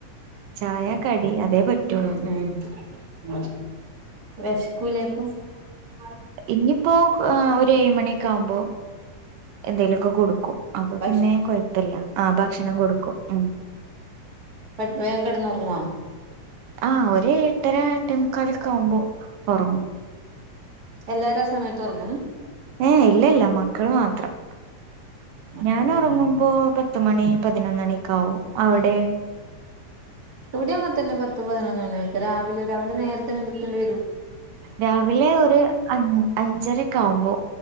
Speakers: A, on the right; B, on the right.
A: ചായ കടി അതേ പറ്റുള്ളൂ
B: പിന്നെ ഉം വെഷക്കൂലേപ്പം
A: ഇന്നിപ്പോ ഒരു ഏഴ് മണി ഒക്കെ ആകുമ്പോ എന്തെലൊക്കെ കൊടുക്കും അപ്പൊ
B: ഭക്ഷ
A: പിന്നെ കൊഴപ്പല്ല ആഹ് ഭക്ഷണം കൊടുക്കും ഉം
B: ഇപ്പം വേം കെടന്ന് ഒറങ്ങോ
A: ആഹ് ഒര് എട്ടര എട്ടേമുക്കാലൊക്കെ ആകുമ്പോ ഒറങ്ങും
B: എല്ലാരും ആ സമയത്ത് ഒറങ്ങും
A: ഏഹ് ഇല്ല ഇല്ല മക്കള് മാത്രം
B: മക്കള്
A: ഞാൻ ഒ ഒറങ്ങുമ്പോ പത്ത് പത്തുമണി പതിനൊന്ന് മണിയൊക്കെ ആവും അവിടെ
B: ഇവിടി അങ്ങനെ തന്നെ പത്ത് പതിനൊന്നണിക്ക് രാവിലെ രാവിലെ നേരത്തെ എണീപ്പിക്കല്
A: രാവിലെ ഒരു അഞ്ചരക്കെ ആവുമ്പോ